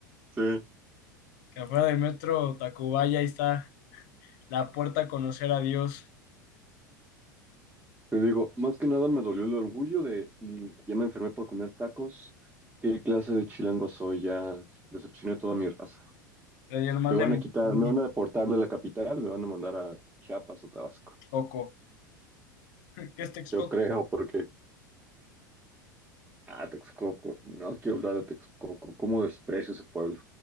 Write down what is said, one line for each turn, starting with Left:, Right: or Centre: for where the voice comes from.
Right: Sí,
Left: Que afuera del metro Tacubaya ahí está la puerta a conocer a Dios.
Right: te digo, más que nada me dolió el orgullo de, mm, ya me enfermé por comer tacos, ¿qué clase de chilango soy? Ya decepcioné a toda mi raza.
Left: Traía el mal
Right: Me
Left: de
Right: van
Left: Montezuma,
Right: a quitar, me van a deportar de la capital, me van a mandar a Chiapas o Tabasco.
Left: Coco. ¿Qué es Texcoco?
Right: Yo creo, porque. Ah, Texcoco. No quiero hablar de Texcoco. ¿Cómo desprecio ese pueblo?